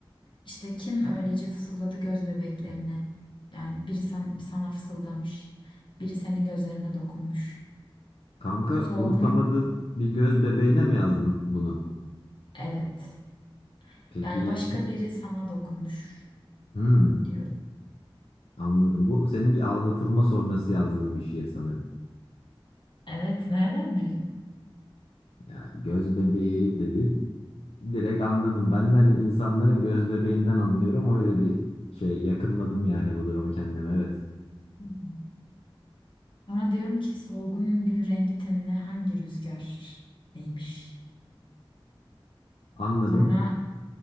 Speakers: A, on the left (about 60°); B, on the left (about 85°).
A: işte kim öylece fısıldadı göz bebeklerine. Yani biri san- sana fısıldamış. Biri senin gözlerine dokunmuş.
B: Kanka
A: Solgun
B: unutamadığın bir göz bebeğine mi yazdın bunu?
A: evet.
B: Peki
A: Yani başka biri sana dokunmuş
B: Hmm,
A: diyorum.
B: anladım. Bu senin bir aldatılma sonrası yazdığın bir şiir sanırım.
A: Evet nereden bildin?
B: Ya göz bebeği dedin. Direkt anladım. Ben de hani insanların göz bebeğinden anlıyorum. Öyle bir şey yakınladım yani bu durumu kendime. Evet.
A: Hmm. Sonra diyorum ki solgun gül rengi tenine hangi rüzgar değmiş?
B: Anladım.
A: Sonra